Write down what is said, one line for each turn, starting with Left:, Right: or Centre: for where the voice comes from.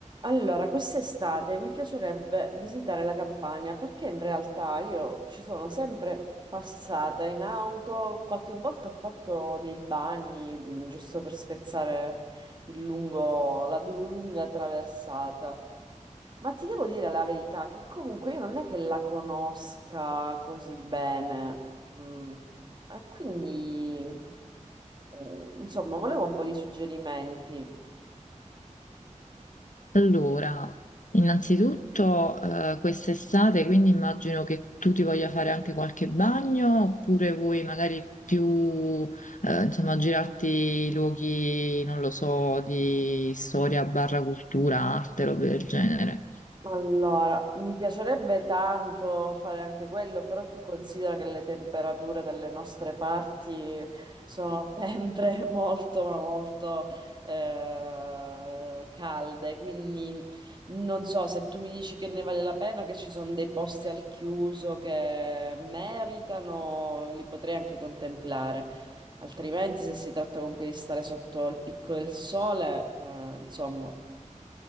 Right: Allora, quest'estate mi piacerebbe visitare la Campania perché in realtà io ci sono sempre passata in auto, qualche volta ho fatto dei bagni mh, giusto per spezzare il lungo, la du- lunga traversata. Ma ti devo dire la verità che comunque io non è che la conosca così bene. mm, E quindi, eh, insomma, volevo un po' di suggerimenti.
Left: Allora, innanzitutto eh, quest'estate, quindi immagino che tu ti voglia fare anche qualche bagno, oppure vuoi magari più, eh, insomma, girarti luoghi, non lo so, di storia barra cultura, arte, robe del genere.
Right: Allora, mi piacerebbe tanto fare anche quello, però tu considera che le temperature dalle nostre parti sono sempre <laughs> molto, ma molto eh, calde, quindi non so se tu mi dici che ne vale la pena, che ci sono dei posti al chiuso che meritano, li potrei anche contemplare. Altrimenti, se si tratta comunque di stare sotto il picco del sole, eh, insomma.